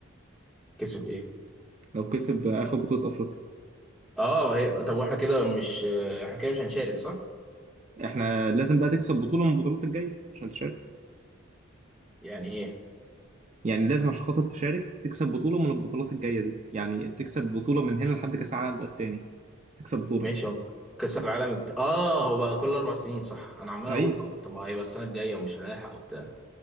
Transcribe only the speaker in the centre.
كسب إيه؟
أه هي طب وإحنا كده مش آه، إحنا كده مش هنشارك صح؟
يعني إيه؟
ماشي هو كأس العالم بت... آه هو بقى كل أربع سنين صح أنا عمال
أقول ك- طب ما هيبقى السنة الجاية ومش هنلحق وبتاع